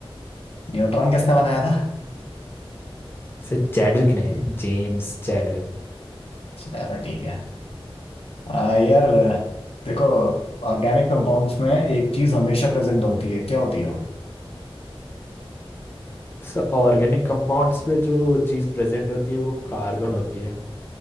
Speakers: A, on the left; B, on the left.
A: न्यूट्रॉन किसने बनाया था
B: सर चैडविक ने James Chadwick
A: चलो ठीक है आ, यार देखो ऑर्गेनिक कंपाउंड्स में एक चीज हमेशा प्रेजेंट होती है क्या होती है वो
B: Sir organic compounds में जो चीज़ प्रेजेंट होती है वो कार्बन होती है